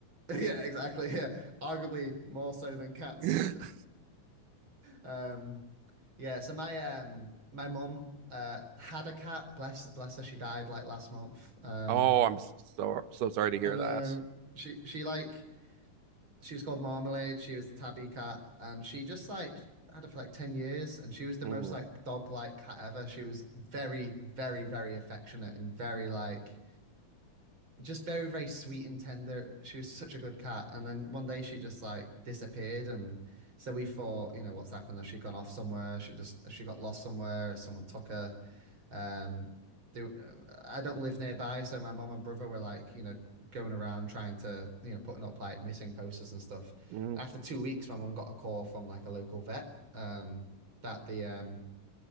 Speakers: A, on the right; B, on the right.
A: <laughs> yeah, exactly. Yeah, arguably more so than cats.
B: <laughs>
A: <laughs> Um, yeah. So my um my mum uh had a cat. Bless bless her. She died like last month. Um,
B: oh, I'm so so sorry to
A: and
B: hear
A: uh,
B: that.
A: she she like she was called Marmalade. She was the tabby cat, and she just like had her for like 10 years and she was the most
B: Mm,
A: like dog like cat ever. She was very, very, very affectionate and very like just very, very sweet and tender. She was such a good cat. And then one day she just like disappeared. And so we thought, you know, what's happened? Has she gone off somewhere? She just, she got lost somewhere? Someone took her. Um, they, I don't live nearby, so my mum and brother were like, you know, going around trying to, you know, putting up like missing posters and stuff.
B: mm.
A: And after two weeks, my mum got a call from like a local vet um, that the um,